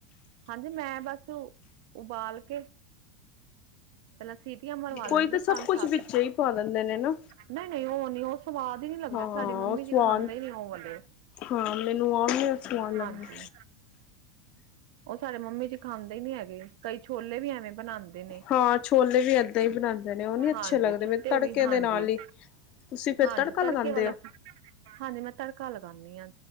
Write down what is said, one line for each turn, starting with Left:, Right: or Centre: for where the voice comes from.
Right: ਹਾਂਜੀ। ਮੈਂ ਬਸ ਉਬਾਲ ਕੇ ਪਹਿਲਾਂ ਸੀਟੀਆਂ ਮਰਵਾ
Left: ਕੋਈ
Right: ਲੈਂਦੇ
Left: ਤਾਂ
Right: ਨੇ
Left: ਸਭ
Right: ਪੰਜ
Left: ਕੁਛ
Right: -ਸੱਤ।
Left: ਵਿੱਚ ਹੀ ਪਾ ਦਿੰਦੇ ਨੇ ਨਾ।
Right: ਨਹੀਂ -ਨਹੀਂ ਉਹ ਨਹੀਂ ਉਹ ਸਵਾਦ ਹੀ ਨੀ ਲੱਗਦੇ
Left: ਹਾਂ
Right: ਸਾਡੀ ਮੰਮੀ ਜੀ
Left: ਸਵਾਦ
Right: ਖਾਂਦੇ ਹੀ ਨੀ ਉਹ ਵਾਲਲੇ।
Left: ਹਾਂ ਮੈਨੂੰ ਆਹ ਵੀ ਸਵਾਦ ਲੱਗਦਾ।
Right: ਹਾਂਜੀ। ਉਹ ਸਾਡੇ ਮੰਮੀ ਜੀ ਖਾਂਦੇ ਹੀ ਨੀ ਹੈਗੇ। ਕਈ ਛੋਲੇ ਵੀ ਐਵੇਂ ਬਣਾਉਂਦੇ। ਨੇ।
Left: ਹਾਂ ਛੋਲੇ ਵੀ ਏਦਾਂ ਹੀ ਬਣਾਉਂਦੇ ਨੇ ਉਹ ਨੀ ਅੱਛੇ
Right: ਹਾਂਜੀ,
Left: ਲੱਗਦੇ
Right: ਚਿੱਟੇ
Left: ਮੈਨੂੰ ਤੜਕੇ
Right: ਵੀ ਹਾਂਜੀ।
Left: ਦੇ ਨਾਲ ਹੀ। ਤੁਸੀਂ ਫੇਰ
Right: ਹਾਂਜੀ।
Left: ਤੜਕਾ
Right: ਤੜਕੇ
Left: ਲਗਾਉਂਦੇ
Right: ਵਾਲੇ
Left: ਹੋ?
Right: ਹਾਂਜੀ। ਮੈਂ ਤੜਕਾ ਲਗਾਉਂਦੀ ਹਾਂ।